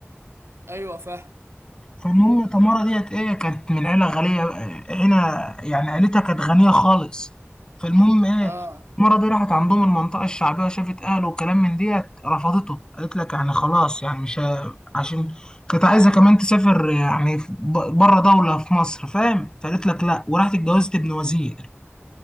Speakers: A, on the right (about 70°); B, on the left (about 20°).
A: ايوه فاهم
B: فالمهم تمارا ديت ايه كانت من عيلة غنية عيلة يعني عيلتها كانت غنية خالص فالمهم ايه
A: اه
B: تمارا دي راحت عندهم المنطقة الشعبية وشافت أهله وكلام من ديت رفضته قالت لك يعني خلاص يعني مش ه- عشان كانت عايزة كمان تسافر يعني في- ب- بره دولة في مصر فاهم فقالت لك لا وراحت اتجوزت ابن وزير